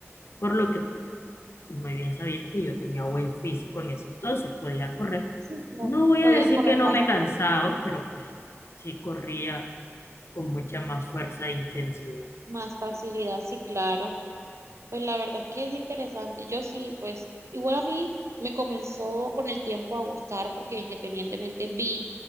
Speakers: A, on the left; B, on the right.
A: por lo que pues Muy bien sabías que yo tenía buen físico en ese entonces, podía correr.
B: sí, claro.
A: No voy
B: Podías
A: a decir
B: correr
A: que no
B: bastante
A: me cansaba, pero pues sí corría con mucha más fuerza e intensidad.
B: más facilidad, sí, claro. Pues la verdad es que es interesante. Yo sí, pues igual a mí me comenzó con el tiempo a gustar porque independientemente vi